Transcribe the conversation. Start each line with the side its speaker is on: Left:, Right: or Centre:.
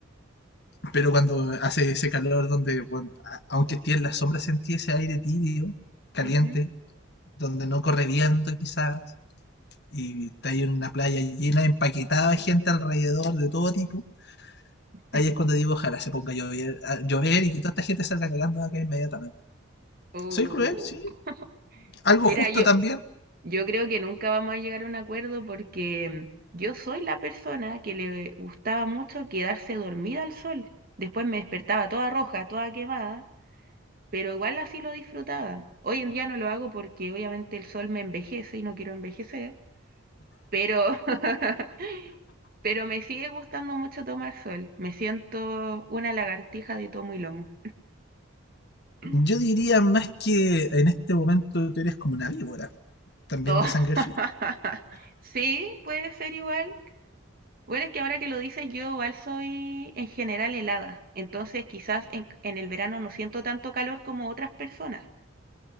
Left: Pero cuando hace ese calor donde, bueno, a- aunque esté en la sombra, sentí ese aire tibio, caliente,
Right: ujú,
Left: donde no corre viento quizás, y está ahí en una playa llena, empaquetada de gente alrededor de todo tipo,
Right: <laughs>
Left: Ahí es cuando digo, ojalá se ponga a llover, a llover y que toda esta gente salga cagando de acá inmediatamente.
Right: Oh.
Left: ¿Soy cruel? Sí.
Right: <laughs>
Left: ¿Algo
Right: Mira,
Left: justo
Right: yo,
Left: también?
Right: Yo creo que nunca vamos a llegar a un acuerdo porque yo soy la persona que le gustaba mucho quedarse dormida al sol. Después me despertaba toda roja, toda quemada, pero igual así lo disfrutaba. Hoy en día no lo hago porque obviamente el sol me envejece y no quiero envejecer, pero, <laughs> pero me sigue gustando mucho tomar sol. Me siento una lagartija de tomo y lomo. <clears throat>
Left: Yo diría más que en este momento tú eres como una víbora, también
Right: Oh,
Left: de sangre
Right: <laughs>
Left: fría.
Right: Sí, puede ser igual. Bueno, es que ahora que lo dices, yo igual soy en general helada, entonces quizás en, en el verano no siento tanto calor como otras personas.